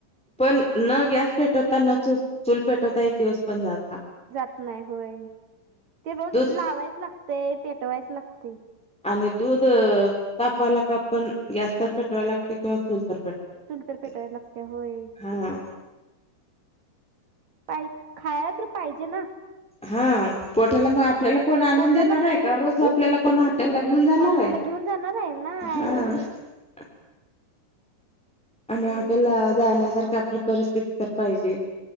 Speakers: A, in the centre; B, on the right.
A: पण न गॅस पेटवता न चू चूल पेटवता एक दिवस पण झाला
B: जात नाही होय ते रोज
A: दूध
B: लावायच लागतेय पेटवायच लागते
A: आणि दूध तापावायला का आपण गॅस तर पेटवाय लागते किंवा चूल तर पेटवायलाच
B: चुल
A: लागते
B: तर पेटायला लागते होय
A: हा
B: पाहि खायला तर पाहिजे ना
A: हा पोठाला
B: हम्म.
A: मग आपल्याला कोण आणून
B: पोटाला
A: देणार आहे का
B: तीच
A: रोज आपल्याला
B: की
A: कोण हॉटेल ला घेऊन जाणार
B: हॉटेलला
A: आहे
B: घेऊन जाणार आहे नाय
A: हा
B: हम्म.
A: आणि हॉटेलला जाण्यासारखी आपली परिस्थिती सारख पाहिजे